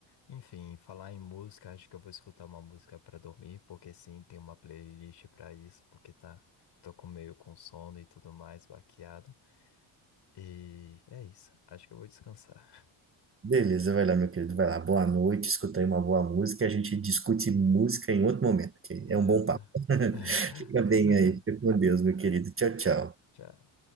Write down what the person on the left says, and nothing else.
Enfim, falar em música, acho que eu vou escutar uma música pra dormir, porque sim, tem uma playlist pra isso, porque tá, tô com meio com sono e tudo mais, baqueado. E é isso, acho que eu vou descansar.
É,
tá.
<laughs>
Com certeza.
Tchau.